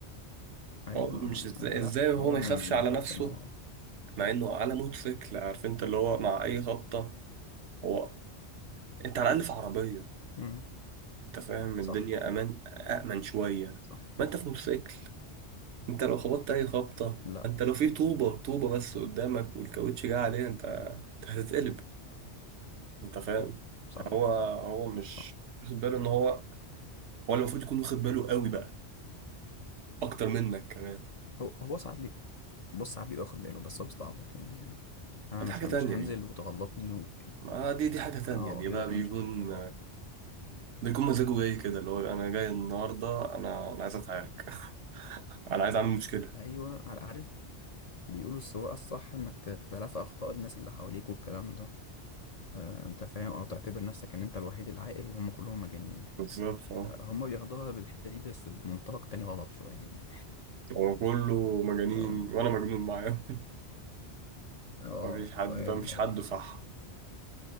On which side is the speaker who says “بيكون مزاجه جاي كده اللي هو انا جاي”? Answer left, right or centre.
Right